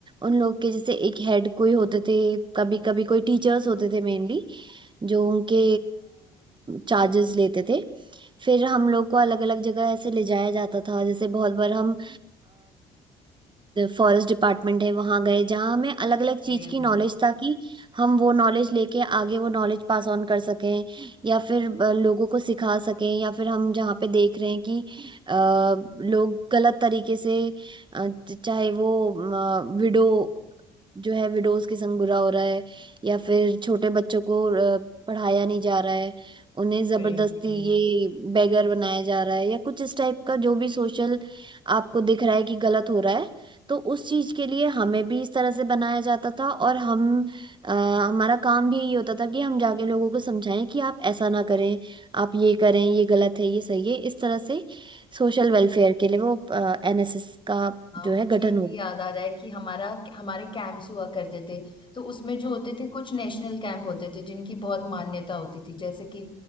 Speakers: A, on the right; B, on the left.
A: उन लोग के जैसे एक हेड कोई होते थे कभी कभी कोई टीचर्स होते थे मेनली जो उनके चार्जेस लेते थे फिर हम लोग को अलग अलग जगह ऐसे ले जाया जाता था जैसे बहुत बार हम फॉरेस्ट डिपार्टमेंट है वहाँ गए जहाँ हमें अलग अलग चीज़
B: बढ़िया
A: की
B: भाई
A: नॉलेज ताकि हम वो नॉलेज लेके आगे वो नॉलेज पास ऑन कर सकें या फिर अ, लोगों को सिखा सकें या फिर हम जहाँ पे देख रहे हैं कि अ, लोग गलत तरीके से अ, चाहे वो विडो जो है विडोज के संग बुरा हो रहा है या फिर छोटे बच्चों को अ, पढ़ाया नहीं जा रहा है उन्हें जबरदस्ती
B: बढ़िया बढ़िया
A: ये बेगर बनाया जा रहा है या कुछ इस टाइप का जो भी सोशल आपको दिख रहा है कि गलत हो रहा है तो उस चीज के लिए हमें भी इस तरह से बनाया जाता था और हम अ, हमारा काम भी यही होता था कि हम जाके लोगों को समझाएं कि आप ऐसा ना करें आप ये करें ये गलत है ये सही है इस तरह से सोशल वेलफेयर के लिए वो एनएसएस का
B: हाँ
A: जो
B: मुझे
A: है गठन हुआ
B: भी याद आ रहा है कि हमारा हमारे कैंप्स हुआ करते थे तो उसमें जो होते थे कुछ नेशनल कैंप होते थे जिनकी बहुत मान्यता होती थी जैसे कि